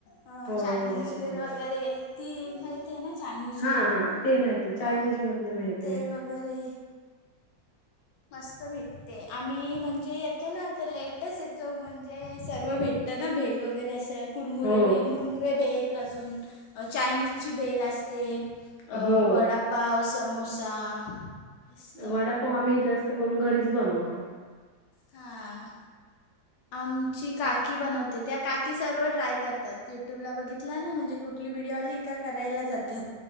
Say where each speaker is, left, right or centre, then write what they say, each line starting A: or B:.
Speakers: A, on the left; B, on the left.
A: ह
B: हो
A: चायनीज
B: हो हो
A: भेल
B: हो
A: वगैरे. ती माहिते आहे ना चायनीज
B: हा
A: भेल,
B: हा ते माहिती
A: हा,
B: चायनीज मधलं माहिती
A: ते
B: आहे.
A: वगैरे. मस्त भेटते आम्ही म्हणजे येतोना तर लेटच येतो म्हणजे सर्व भेट त ना भेल वगैरे असं. कुरमुुरे
B: हो
A: भे मुरमुुरे भेल अजून, अ चायनीजची भेल असते. अ
B: हो
A: वडापाव, समोसा. मस्त
B: वडापाव आम्ही जास्त करून घरीच बनवतो.
A: हा, आमची का की बनवते त्या काकी सर्व ट्राय करतात युट्यूबला बघि बघीतला ना म्हणजे कुठली व्हिडिओ आली का करायला जातात.